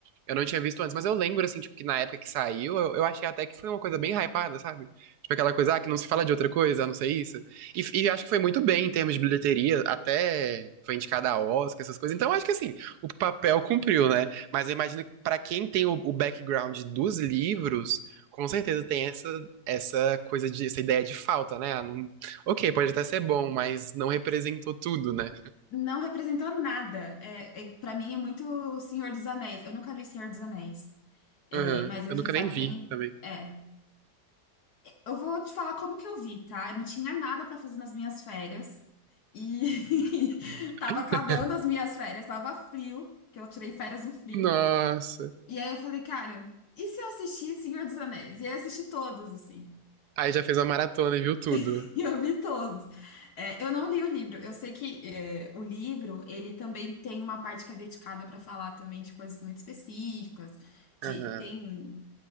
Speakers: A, on the right (about 75°); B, on the left (about 65°).
A: Eu não tinha visto antes, mas eu lembro, assim, tipo, que na época que saiu, eu, eu achei até que foi uma coisa bem hypada, sabe? Tipo, aquela coisa, ah, que não se fala de outra coisa, a não ser isso. E, e acho que foi muito bem em termos de bilheteria, até foi indicada a Oscar, essas coisas. Então, acho que, assim, o papel cumpriu, né? Mas eu imagino que pra quem tem o, o background dos livros, com certeza tem essa, essa coisa de, essa ideia de falta, né? Ah, não- ok, pode até ser bom, mas não representou tudo, né?
B: Não representou nada. É, é, para mim é muito Senhor dos Anéis. Eu nunca li Senhor dos Anéis. É,
A: Aham.
B: mas a
A: Eu
B: gente
A: nunca
B: sabe
A: nem vi
B: que tem.
A: também.
B: É. Eu vou te falar como que eu vi, tá? Eu não tinha nada pra fazer nas minhas férias. E <laughs> tava
A: <laughs>
B: acabando as minhas férias, tava frio, que eu tirei férias no frio.
A: Nossa.
B: E aí eu falei, cara, e se eu assistir Senhor dos Anéis? E aí eu assisti todos, assim.
A: Aí já fez uma maratona e viu tudo.
B: <laughs> Eu vi todos. É, eu não li o livro. Eu sei que é, o livro ele também tem uma parte que é dedicada para falar também de coisas muito específicas. De
A: Aham,
B: tem